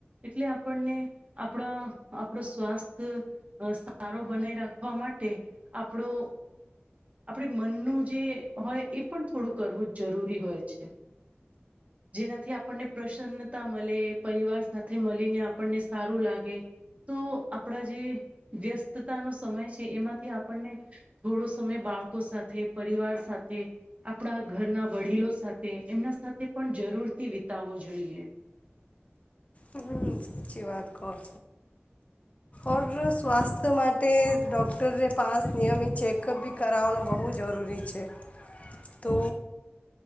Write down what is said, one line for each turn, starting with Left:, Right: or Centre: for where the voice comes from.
Right: એટલે આપણને આપણા આપણો સ્વાસ્થ્ય સારો બનાઈ રાખવા માટે આપણો આપડી મનનું જે હોય એ પણ થોડુંક કરવું જ જરૂરી હોય છે જેનાથી આપણને પ્રસન્નતા મળે પરિવાર સાથે મળીને આપણને સારું લાગે તો આપણા જે વ્યસ્તતાનો સમય છે એમાંથી આપણને થોડો સમય બાળકો સાથે પરિવાર સાથે આપણા ઘરના વડીલો સાથે એમના સાથે પણ જરૂરથી વિતાવવો જોઈએ.
Left: હમ્મ સાચી વાત કોણ ઓર સ્વાસ્થ્ય માટે ડોક્ટરને પાાસ નિયમિત ચેકઅપ બી કરાવવાનો બહુ જરૂરી છે. તો